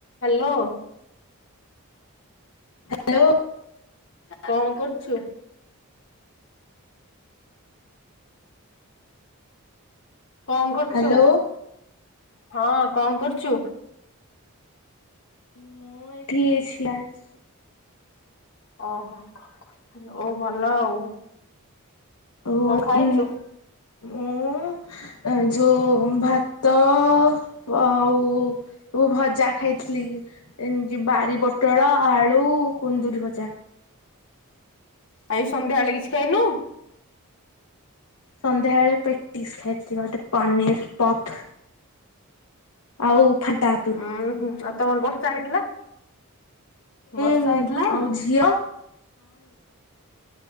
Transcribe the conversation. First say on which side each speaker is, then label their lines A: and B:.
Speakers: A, on the left; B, on the left.
A: Hello.
B: Hello.
A: କଣ୍ କରୁଚୁ? କଣ କରୁଚ?
B: ହ୍ୟାଲୋ।
A: ହଁ, କଣ କରୁଛୁ?
B: ମୁଁ ଏଇଠି ଠିଆ ହେଇଛି।
A: ଓହୋ, ଓ ଭଲ ଆଉ।
B: ଓ
A: କଣ ଖାଇଛୁ
B: ଜି ଉଁ ଯୋଉ ଭାତ ଆଉ ଭଜା ଖାଇଥିଲି। ଏମିତି ବାରି ପୋଟଳ, ଆଳୁ, କୁନ୍ଦୁରି ଭଜା।
A: ଆଉ ଏଇ ସନ୍ଧ୍ୟାବେଳେ କିଛି ଖାଇନୁ?
B: ସନ୍ଧ୍ୟାବେଳେ ପେଟିସ୍ ଖାଇଥିଲି, ଗୋଟେ ପନିର ପପ୍। ଆଉ ଫାଣ୍ଟା ପି
A: ଉଁ ହୁ, ଆଉ ତମର ବର୍ଷା ହେଇଥିଲା। ବର୍ଷା
B: ହୁଁ,
A: ହେଇଥିଲା
B: ଆଉ ଝିଅ।